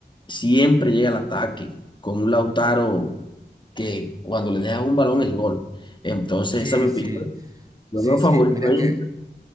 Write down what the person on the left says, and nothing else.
Siempre llega al ataque con un Lautaro que cuando le deja un balón es gol. Entonces,
esa es mi
opinión. Yo
veo favorito
ahí.